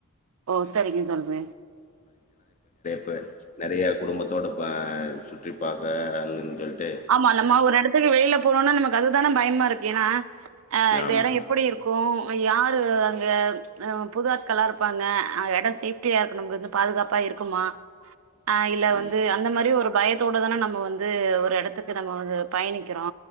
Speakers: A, on the right (about 75°); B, on the left (about 35°).
A: ஒ செரிங்க சொல்றே
B: வச் நெறய குடும்பத்தோட ப சுற்றி பார்க்க அங்கன்சொல்ட்டு
A: ஆமா நம்ம ஒரு எடத்துக்கு வெயில்ல போனோன்னா நமக்கு அதுதான பயம்மாருக் ஏனா. ஆ இந்த
B: ஆமா
A: எட எப்புடி இருக்கும் யார் <unintelligible> அங்க ஆ புது ஆட்களா இருப்பாங்க நா எடொ சேஃப்டியா இருக்கனும்கன்னு பாதுகாப்பா இருக்குமா அ இல்ல
B: ம்
A: வந்து அந்த மாரி ஒரு பய தோட தான நம்ம வந்து ஒரு எடத்து துக்கு நம்ம வந்து பயணிக்கிரோ